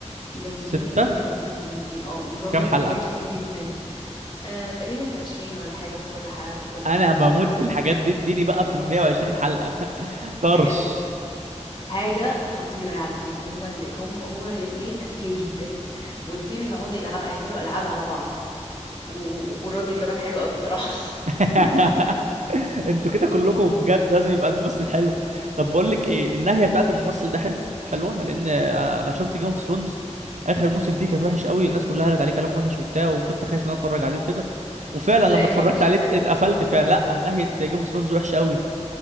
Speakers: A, on the left; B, on the right.
A: جامدين
B: ستة
A: جامدين جامدين اه والراجل
B: كام حلقة
A: ذكي جدا آه تقريبا 20 ولا حاجه في كل حاجه في كل سيزون
B: انا بموت في الحاجات دي اديني بقى في ال 120 حلقة <laughs> طرش
A: بجد حاجة خطيرة يا عابدين هما اللي هم هما الاتنين أذكياء جدا والاتنين يقعدوا يلعبوا يعملوا ألعاب على بعض و... والراجل كمان حلو قوي الصراحة <laughs>
B: <laughs> انتوا كده كلكم بجد لازم يبقى الممثل حلو طب بقول لك ايه النهاية بتاعت الممثل ده حلو حلوة لان انا أنا شفت جيم اوف ثرونز اخر موسم فيه كان وحش قوي الناس كلها قالت عليه كلام وحش وبتاع وكنت خايف ان أنا اتفرج عليه وكده وفعلا
A: لا
B: لما
A: النهاية
B: اتفرجت
A: بتاعته
B: عليه
A: حلوة
B: ات- اتقفلت فعلا لا نهاية جيم اوف ثرونز وحشة قوي